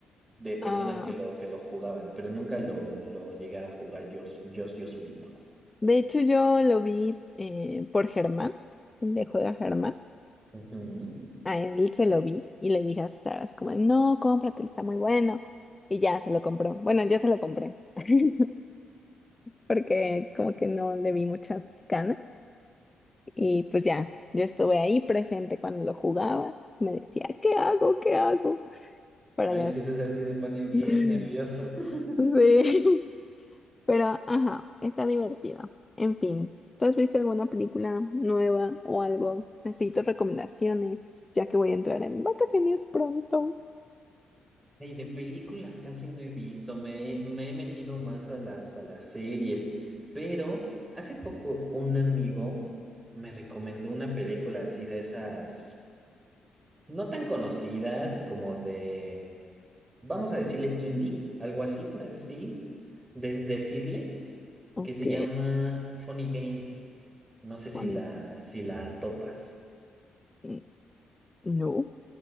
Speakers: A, on the right (about 20°); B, on the left (about 25°).
A: de personas
B: ah,
A: que lo, que lo jugaban, pero nunca lo, lo llegué a jugar yo, yo, yo solito.
B: de hecho yo lo vi eh, por Germán, el de Juega Germán.
A: Ujú.
B: A él se lo vi y le dije a Sara así como, de, no, cómpratelo, está muy bueno. Y ya se lo compró. Bueno, yo se lo compré <laughs> porque como que no le vi muchas ganas. Y pues ya, yo estuve ahí presente cuando lo jugaba. Me decía, ¿qué hago? ¿Qué hago? Para
A: Ay,
B: las...
A: es que César sí se pone bien
B: <laughs>
A: nervioso. <laughs>
B: Sí. Pero, ajá, está divertida. En fin, ¿tú has visto alguna película nueva o algo? Necesito recomendaciones, ya que voy a entrar en vacaciones pronto.
A: Y de películas casi no he visto, me, me he metido más a las, a las series, pero hace poco un amigo me recomendó una película así de esas, no tan conocidas como de, vamos a decirle indie, algo así por así, de decirle.
B: Ok,
A: que se llama Funny Games. No sé si
B: funny.
A: la, si la topas.
B: mm, No,